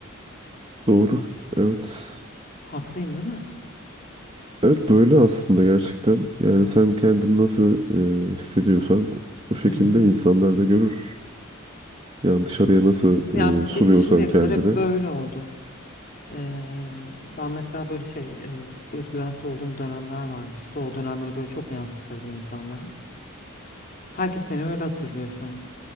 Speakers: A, on the right; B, on the left.
A: doğru. Evet.
B: Haklıyım değil mi?
A: Evet böyle aslında gerçekten. Yani
B: Evet.
A: sen kendini nasıl e, hissediyorsan o şekilde
B: Hı hı.
A: insanlar da görür. Yani dışarıya nasıl
B: Evet yani
A: e, sunuyorsan
B: benim şimdiye
A: kendini.
B: kadar hep böyle oldu. Eee, ben mesela böyle şey eee özgüvensiz olduğum dönemler vardı işte o dönemleri böyle çok yansıtırdım insanlara. Herkes beni öyle hatırlıyor şu an.